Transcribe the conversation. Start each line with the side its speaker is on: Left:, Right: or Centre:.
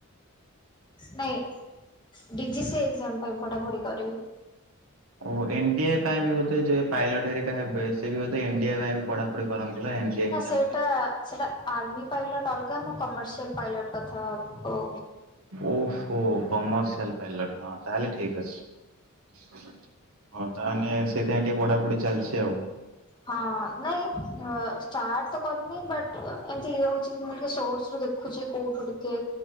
Left: ନାଇଁ ଡି ଜି ସି ଏକ୍ଜାମ ପାଇଁ ପଢାପଢି କରିବି।
Right: ଓ ଏନ୍ ଡି ଏ ପାଇଁ ବି ବୋଧେ ଯେ ପାଇଲଟ ହେରିକା ହେବେ ସେ ବି ବୋଧେ ଏନ୍ ଡି ଏ ପାଇଁ ବି ପଢାପଢି କରନ୍ତି। ବା ଏନଡିଏ ଏକ୍ଜାମ
Left: ନା ସେଇଟା
Right: ପାଇଁ।
Left: ସେଟା ଆର୍ମି ପାଇଲଟ ଅଲଗା ମୁଁ କମର୍ସିଆଲ ପାଇଲଟ କଥା କ
Right: ଓହୋ କମ ସିଆଲ ପାଇଲଟ ହଁ ତାହେଲେ ଠିକ ଅଛି। ହଁ ତାହେନେ ସେଥିପାଇଁ ଟିକେ ପଢାପଢି ଚାଲିଛି ଆଉ।
Left: ହଁ ନାଇଁ ଅ ଷ୍ଟାର୍ଟ ତ କରିନି ବଟ ଅ ଏମତି ଇଏ ହଉ ଛି ମୁଁ ଟିକେ ସୋର୍ଟସ ରୁ ଦେଖୁଛି କୋଉଠୁ ଟିକେ